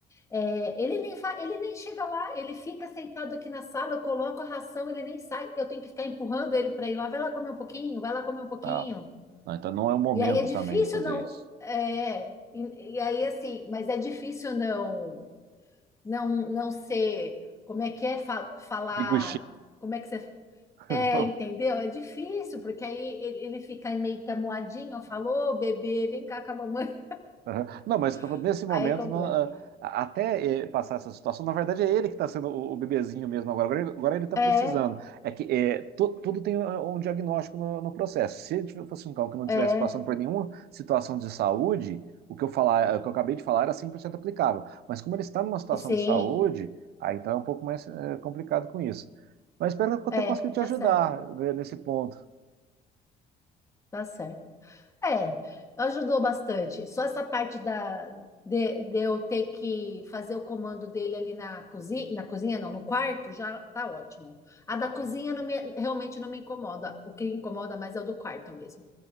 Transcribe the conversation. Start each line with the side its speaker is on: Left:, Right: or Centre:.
Left: é, ele nem fa- ele nem chega lá, ele fica sentado aqui na sala, eu coloco a ração, ele nem sai, eu tenho que ficar empurrando ele para ir lá, vai lá comer um pouquinho, vai lá comer
Right: <laughs>
Left: um pouquinho.
Right: tá. Não, então não é o momento
Left: E aí é difícil
Right: também de fazer
Left: não,
Right: isso.
Left: é, e, e aí assim, mas é difícil não, não, não ser, como é que é fa- falar,
Right: Digo
Left: como é que você é,
Right: <laughs>
Left: entendeu? É difícil, porque aí ele, ele fica meio que amuadinho, falou, bebê, vem cá com a mamãe.
Right: Aham. Não, mas tava-
Left: <laughs>
Right: nesse momento,
Left: Aí é completo.
Right: não, ah, até eh, passar essa situação, na verdade é ele que está sendo o, o bebezinho mesmo agora. Agora ele, agora ele está precisando.
Left: É,
Right: É que eh, tu- tudo tem ah, um diagnóstico no, no processo. Se ele tivesse- fosse um cão que não estivesse
Left: é,
Right: passando por nenhuma situação de saúde, o que eu falar, o que eu acabei de falar era 100% aplicável. Mas como ele está numa situação
Left: sim,
Right: de saúde, aí então é um pouco mais eh, complicado com isso. Mas espero que eu
Left: é,
Right: tenha conseguido te
Left: tá
Right: ajudar
Left: certo,
Right: né, nesse ponto.
Left: tá certo. É, ajudou bastante. Só essa parte da, de, de eu ter que fazer o comando dele ali na cozinha, na cozinha não, no quarto, já tá ótimo. A da cozinha não me- realmente não me incomoda. O que incomoda mais é o do quarto mesmo.